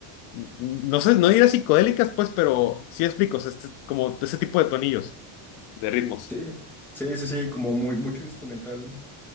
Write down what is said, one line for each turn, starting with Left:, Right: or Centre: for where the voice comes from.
Left: no sé, no diría psicodélicas, pues, pero sí explico, o sea, este- como ese tipo de tonillos, de ritmos.
Centre: Sí, sí, sí, sí, como muy, mucho instrumental.